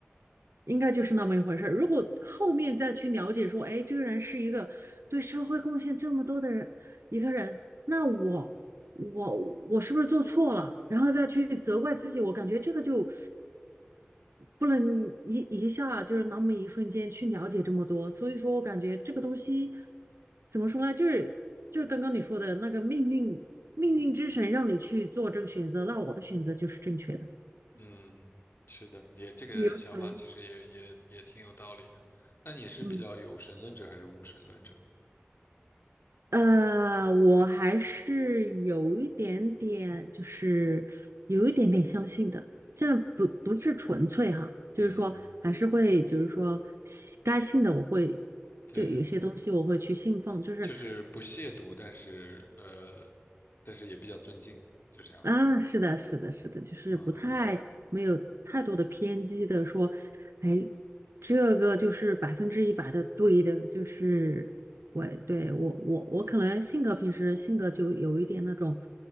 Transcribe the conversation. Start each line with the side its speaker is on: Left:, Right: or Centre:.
Right: 应该就是那么一回事如果后面再去了解说，哎，这个人是一个对社会贡献这么多的人，一个人，那我我我是不是做错了？然后再去责怪自己，我感觉这个就不能一一下就是那么一瞬间去了解这么多，所以说我感觉这个东西怎么说呢，就是就是刚刚你说的那个命运命运之神让你去做这个选择，那我的选择就是正确的。
Left: 嗯，是的，也这个想法其实也也也挺有道理的。
Right: 有可能，
Left: 那你是比较有神论者还是无神论者？
Right: 嗯，呃，我还是有一点点，就是有一点点相信的，这不不是纯粹哈，就是说还是会，
Left: 嗯，
Right: 就是说信该信的我会，
Left: 对，
Right: 就有些东西我会去信奉，就是
Left: 就是不亵渎，但是呃，但是也比较尊敬，就这样子。
Right: 啊，是的，是的，是的，就是不太没有太多的偏激的说，
Left: 嗯，
Right: 哎，这个就是百分之一百的对的，就是我对我我我可能性格平时性格就有一点那种，